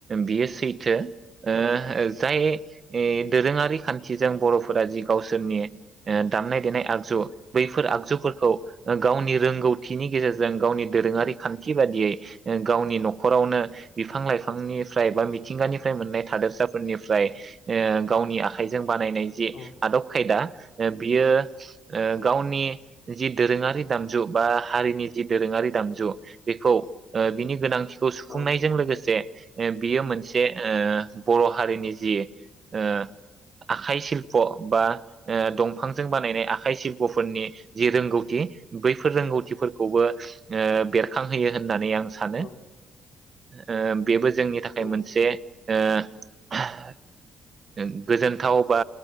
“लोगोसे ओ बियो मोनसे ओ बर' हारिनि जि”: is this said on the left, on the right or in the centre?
Right